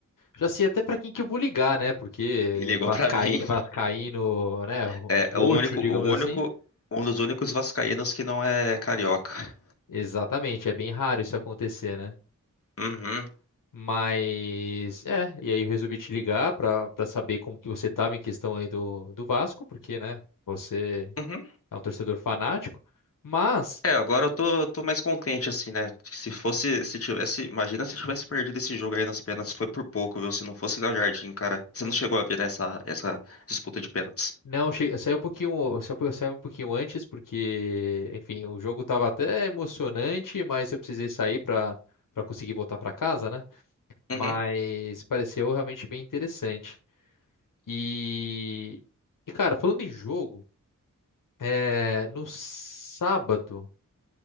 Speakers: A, on the left; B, on the left.
A: já sei até pra quem que eu vou ligar, né? Porque
B: E ligou
A: Vascaí,
B: pra mim. <laughs>
A: Vascaíno, né, ro-
B: É
A: roxo,
B: o único,
A: digamos
B: o único,
A: assim.
B: um dos únicos vascaínos que não é carioca.
A: Exatamente, é bem raro isso acontecer, né?
B: Uhum,
A: Mas é, e aí eu resolvi te ligar para para saber como que você estava em questão aí do, do Vasco, porque, né, você
B: uhum.
A: é um torcedor fanático, mas
B: É, agora eu tô, tô mais contente, assim, né? Se fosse, se tivesse, imagina se tivesse perdido esse jogo aí nas pênaltis, foi por pouco, viu? Se não fosse Léo Jardim, cara. Você não chegou a ver, né, essa, essa disputa de pênaltis.
A: não, che- eu saí um pouquinho, saiu um pou- eu saí um pouquinho antes porque, enfim, o jogo estava até emocionante, mas eu precisei sair para para conseguir voltar para casa, né? Mas
B: Uhum.
A: pareceu realmente bem interessante. E e cara, falando em jogo, é, no sábado